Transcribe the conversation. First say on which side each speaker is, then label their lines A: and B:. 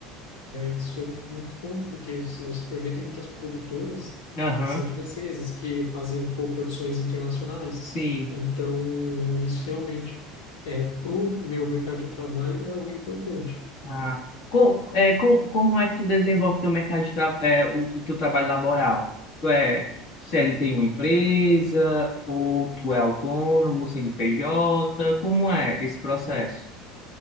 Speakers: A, on the left; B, on the left.
A: isso é muito bom, porque se você for ver, tem muitas produtoras
B: Aham,
A: que são francesas, que fazem coproduções internacionais.
B: sim.
A: Então, isso realmente, é, para o meu mercado de trabalho, é algo importante.
B: Ah, co- é, co- como é que tu desenvolve teu mercado de tra- é, o, o teu trabalho laboral? Tu é CLT em uma empresa ou tu é autônomo, CNPJ? Como é esse processo?